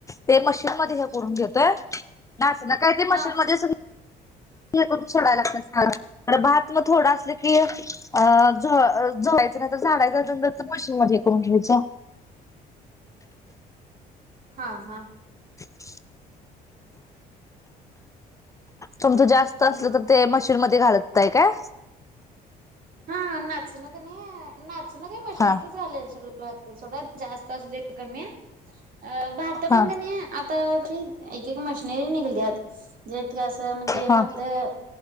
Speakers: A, on the left; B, on the right.
A: ते मशीन मध्ये हे करून घेतय नाच ना काय ते
B: हा
A: मशीन मध्ये सगळी हे करून सोडाय लागतस मला तर भात मग थोडं असलं की अ <unintelligible> मशीन मध्ये करून घ्यायच.
B: हा हा
A: <inaudible> तुमचं जास्त
B: हा
A: असलं तर ते मशीन मध्ये घालताय काय.
B: <unintelligible> <unintelligible> <unintelligible> <unintelligible> एक
A: हा हा
B: मशनरी निघाल्यात ज्यात हे असं म्हणजे
A: हा
B: भात अ